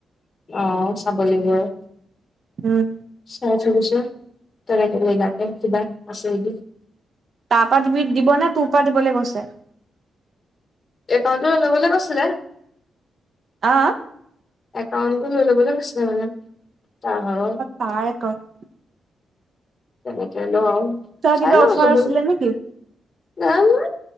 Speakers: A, on the left; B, on the right.
A: অ চাব লাগিব ৰ
B: উম
A: চাৰে চৌবিচৰ তাৰে নীলাকে কিবা আছে নেকি
B: তাৰ পৰা দি দিব নে তোৰ পৰা দিবলে কৈছে
A: একাউণ্টতো লৈ ল'বলে কৈছিলে
B: আ
A: একাউণ্টটো লৈ ল'বলে কৈছিলে মানে তাৰ ভাগৰ
B: তাৰ একাউণ্ট
A: যেনেকে হলেও আও
B: তাৰ
A: চাই
B: কিবা
A: লও
B: অফাৰ
A: লেবেল
B: আছিলে নেকি
A: নাই আনা